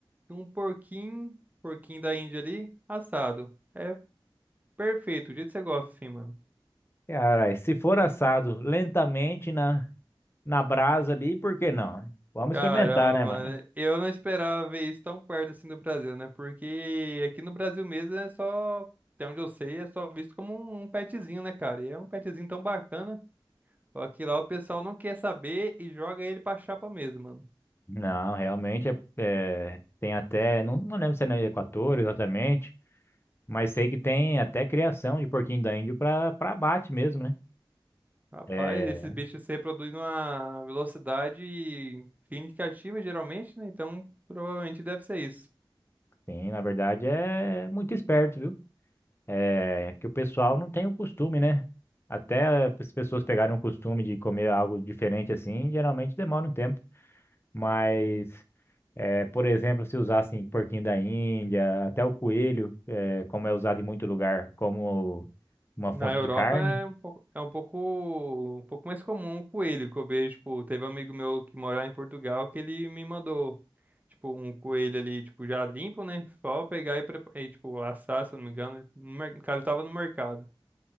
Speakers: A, on the right; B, on the left.
A: que um porquinho, porquinho da Índia ali, assado. É perfeito, do jeito que você gosta, assim, mano.
B: Cara, se for assado lentamente na, na brasa ali, por que não? né? Vamos
A: Caramba,
B: experimentar, né,
A: mano,
B: mano?
A: eu não esperava ver isso tão perto assim do Brasil, né? Porque aqui no Brasil mesmo é só, até onde eu sei, é só visto como um um petzinho, né, cara? E é um petzinho tão bacana. Só que lá o pessoal não quer saber e joga ele pra chapa mesmo, mano.
B: Não, realmente é, é, tem até, não, não lembro se é no Equador exatamente, mas sei que tem até criação de porquinho da Índia para para abate mesmo, né?
A: Rapaz,
B: É,
A: esses bichos se reproduzem numa velocidade significativa, geralmente, né? Então, provavelmente deve ser isso.
B: sim, na verdade é muito esperto, viu? É que o pessoal não tem o costume, né? Até as pessoas pegarem o costume de comer algo diferente assim, geralmente demora um tempo. Mas, é, por exemplo, se usassem porquinho da Índia, até o coelho, é, como é usado em muito lugar, como uma
A: Na
B: fonte
A: Europa
B: de carne.
A: é um pouco, é um pouco, um pouco mais comum o coelho que eu vejo. Tipo, teve um amigo meu que mora em Portugal que ele me mandou, tipo, um coelho ali, tipo, já limpo, né? Só pegar e, prepa- e, tipo, assar, se eu não me engano. No mer- O Cara, tava no mercado.